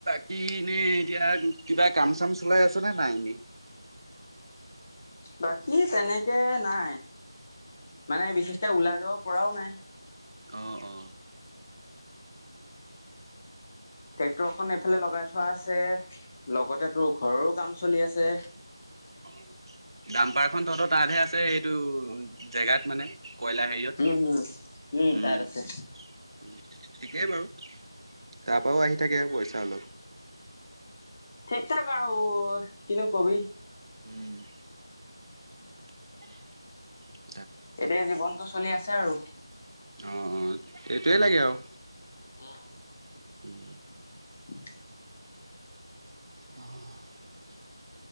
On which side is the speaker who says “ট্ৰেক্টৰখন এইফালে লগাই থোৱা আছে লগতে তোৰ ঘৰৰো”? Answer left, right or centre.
Left